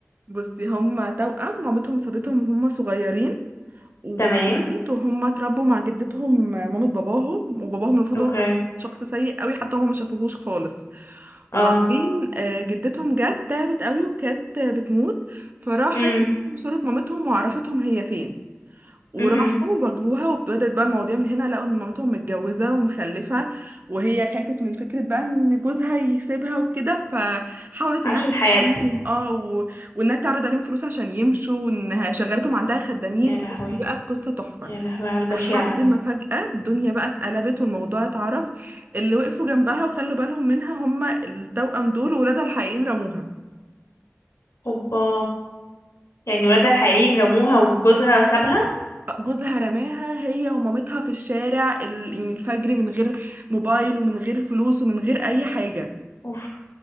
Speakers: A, on the right; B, on the left.
A: بصي هما توأم مامتهم سابتهم وهم صغيرين ومشيت
B: تمام
A: وهم اتربوا مع جدتهم مامة باباهم وباباهم المفروض
B: اوكي
A: هو كان شخص سيء قوي حتى هم ما شافوهوش خالص وبعدين
B: اه
A: آه، جدتهم جت تعبت قوي وكانت آه، بتموت فراحت
B: امم
A: بعتلهم صورة مامتهم وعرفتهم هي فين وراحوا
B: امم
A: واجهوها وابتدت بقى المواضيع من هنا لقوا ان مامتهم متجوزه ومخلفه وهي خافت من فكره بقى ان جوزها يسيبها وكده فحاولت
B: عاشت
A: انها تمشيهم
B: حياتها
A: اه و... وانها تعرض عليهم فلوس عشان يمشوا وانها شغلتهم عندها خدامين
B: يا لهوي
A: بصي بقى القصه تحفه
B: يا لهوي على البشاعه
A: لحد ما فجاه الدنيا بقى اتقلبت والموضوع اتعرف اللي وقفوا جنبها وخلوا بالهم منها هم التوأم دول وولادها الحقيقيين رموها
B: اوبا يعني ولادها الحقيقيين رموها وجوزها سابها
A: جوزها رماها هي ومامتها في الشارع ال- يعني الفجر من غير موبايل ومن غير فلوس ومن غير اي حاجة
B: اوف